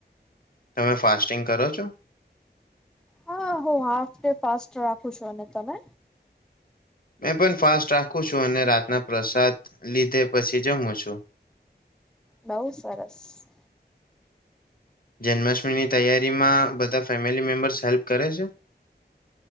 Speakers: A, on the left (about 55°); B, in the centre.
A: તમે ફાસ્ટિંગ કરો છો?
B: હા હું હાફ ડે ફાસ્ટ રાખું છું અને તમે?
A: મેં પણ ફાસ્ટ રાખું છું અને રાતના પ્રસાદ લીધે પછી જમું છું.
B: બઉુ સરસ!
A: જન્માષ્ટમીની તૈયારીમાં બધા ફેમિલી મેમ્બર્સ હેલ્પ કરે છે?